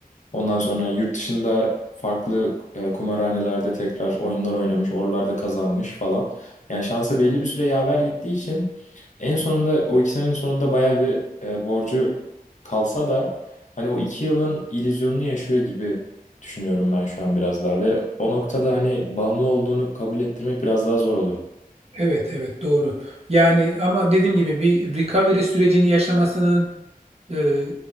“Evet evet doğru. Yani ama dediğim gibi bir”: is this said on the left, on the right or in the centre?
Right